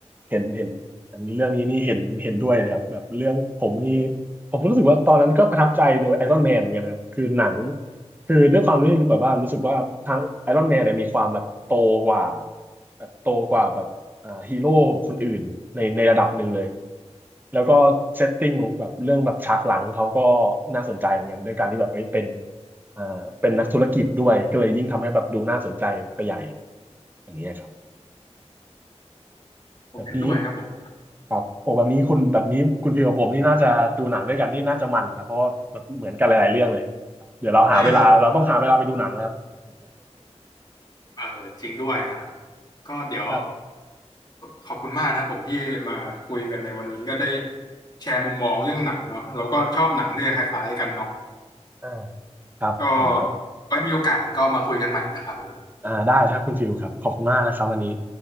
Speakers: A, on the right; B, on the left.
A: เห็นเห็นอันนี้เรื่องนี้นี่เห็นเห็นด้วยเลยครับแบบเรื่องผมนี่ผมก็รู้สึกว่าตอนนั้นก็ประทับใจโดยไอรอนแมนเหมือนกันนะครับคือหนังคือด้วยความที่แบบว่ารู้สึกว่าทางไอรอนแมนเนี่ยมีความแบบโตกว่าแบบโตกว่าแบบอ่าฮีโร่คนอื่นในในระดับหนึ่งเลยแล้วก็เซตติ้งของแบบเรื่องแบบฉากหลังเขาก็น่าสนใจเหมือนกันด้วยการที่แบบเอ้ยเป็นอ่าเป็นนักธุรกิจด้วยก็เลยยิ่งทำให้แบบดูน่าสนใจไปใหญ่อย่างเงี้ยครับ
B: ผมเห็นด้วยครับผม
A: แบบนี้ ครับโอ้แบบนี้คุณแบบนี้คุณฟิลกับผมนี่น่าจะดูหนังด้วยกันนี่น่าจะมันอยู่นะเพราะว่าแบบเหมือนกันหลายๆเรื่องเลยเดี๋ยวเราหาเวลาเราต้องหาเวลาไปดูหนังแล้ว
B: <laughs> เออจริงด้วยนะฮะก็เดี๋ยว
A: <laughs> ครับ
B: ขอบคุณมากนะครับผมที่มาคุยกันในวันนี้ก็ได้แชร์มุมมองเรื่องหนังเนาะเราก็ชอบหนังด้วยคล้ายๆกันเนาะ
A: อ่าครับโหแบบ
B: ก็ไว้มีโอกาสก็มาคุยกันใหม่นะครับผม
A: อ่าได้ครับคุณฟิลครับขอบคุณมากนะครับวันนี้